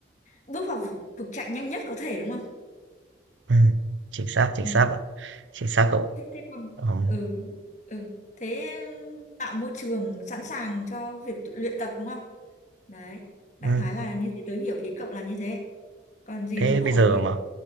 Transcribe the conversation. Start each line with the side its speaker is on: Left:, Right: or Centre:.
Left: bước vào cuộc chạy nhanh nhất có thể đúng không
Right: Ừm, chính xác, chính
Left: ừ
Right: xác ạ Chính xác cậu.
Left: thế, thế còn
Right: Ừm,
Left: ừ ừ thế ừ, tạo môi trường sẵn sàng cho việc tự luyện tập đúng không đấy đại
Right: ừm,
Left: khái là như thế tớ hiểu ý cậu là như thế còn gì
Right: thế
Left: nữa
Right: bây
Left: không ở
Right: giờ
Left: ghi
Right: mà